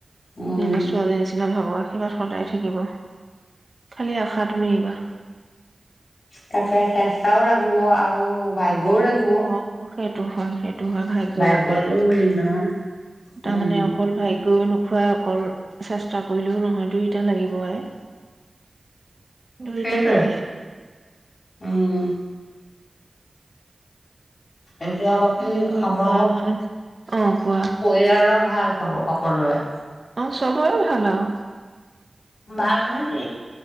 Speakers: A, on the left; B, on the right.
A: উম
B: নিজৰ ছোৱালীৰ নিচিনা ভাবোআ আশীৰ্বাদ সদায় থাকিব, খালি আশাটো নেৰিবা।
A: তাকে চেষ্টাও লাগিব আৰু ভাগ্যও লাগিব
B: অ', সেইটো হয় - সেইটো হয় ভাগ্য
A: ভাগ্যটো
B: লাগেই,
A: মেইন নহয়
B: তাৰমানে
A: উম
B: অকল ভাগ্য <unintelligible> <unintelligible> অকল চেষ্টা কৰিলেও নহয় দুইটা লাগিব আই। দুইটা
A: সেইটোৱে
B: লাগে
A: উম। এতিয়া বাকী
B: কি কৰিবা
A: আপোনালোকক পৰিয়ালৰ
B: অ কোৱা
A: ভাল? <unintelligible> সকলোৱে।
B: অ চবৰে ভাল আৰু।
A: ভাল মানে কি